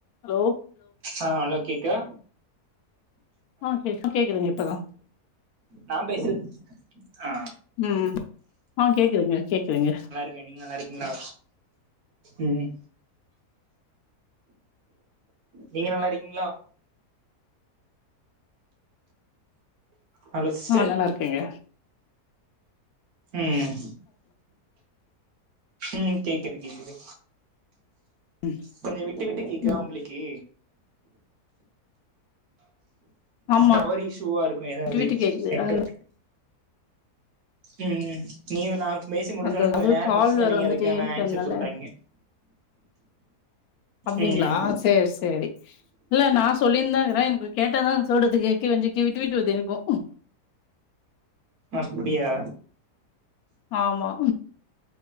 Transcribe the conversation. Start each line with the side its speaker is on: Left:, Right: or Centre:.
Left: Hello
Right: ஆ hello கேக்குதா
Left: ஆ கேக்குது கேக்குதுங்க இப்பதா
Right: நா பேசுறது ஆ
Left: ம் ஆ கேக்குதுங்க கேக்குதுங்க
Right: ஓகே நீங்க நல்லாருக்கீங்களா ம் நீங்க நல்லாருக்கீங்களா ஹலோ சிஸ்டர்
Left: ஆ நல்லாருக்கேங்க
Right: ம் ம் கேக்குது கேக்குது
Left: ம்
Right: கொஞ்சோ விட்டு விட்டு கேக்குதா
Left: ம்
Right: உங்களுக்கு
Left: ஆமா
Right: டவர் இஷ்யுவா இருக்கு எதாவது
Left: விட்டு விட்டு கேக்குது
Right: நெட்
Left: அது
Right: ஒர்க் <inaudible> ம் நீயு நா பேசி முடுச்சோனே
Left: அது
Right: கொஞ்ச
Left: அது
Right: நேரொ
Left: கால்
Right: கழிச்சுதா
Left: வேற
Right: நீங்க
Left: வந்துட்டே
Right: அதுக்கான
Left: இருக்கறனால
Right: ஆன்சர் சொல்றங்க
Left: அப்டிங்களா
Right: ம்
Left: சேர் சேரி இல்ல நா சொல்லிந்தாருக்குறே எனக்கு கேட்டா தான சொல்றதுக்கு இங்கு வஞ்சி இங்க விட்டு விட்டு வருது எனக்கு
Right: அப்புடியா
Left: ஆமா